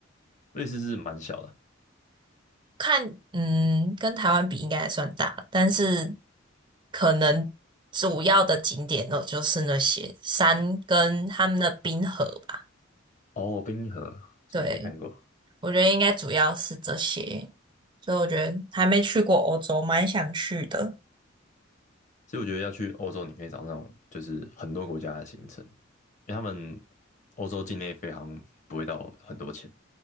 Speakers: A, on the left (about 40°); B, on the right (about 25°).
A: 瑞士是蛮小的
B: 看，嗯，跟台湾比应该还算大，但是可能主要的景点哦就是那些山跟他们的冰河吧。
A: 哦，冰河从来没看过。
B: 对，我觉得应该主要是这些，所以我觉得还没去过欧洲，蛮想去的。
A: 所以我觉得要去欧洲，你可以找那种就是很多国家的行程，因为他们欧洲境内飞航不会到很多钱，